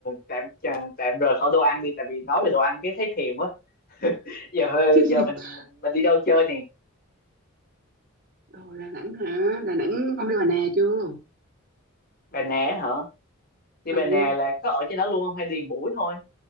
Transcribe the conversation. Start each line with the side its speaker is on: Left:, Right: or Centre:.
Left: tạm chà- tạm rời khỏi đồ ăn đi tại vì nói về đồ ăn cái thấy thèm quá giờ hơi-
Right: <laughs>
Left: giờ mình mình, mình đi đâu chơi nè
Right: rồi Đà Nẵng hả Đà Nẵng ông đi Bà Nà chưa
Left: Bà Nè hả đi
Right: ừ
Left: Bà Nè là có ở trên đó luôn không hay đi một buổi thôi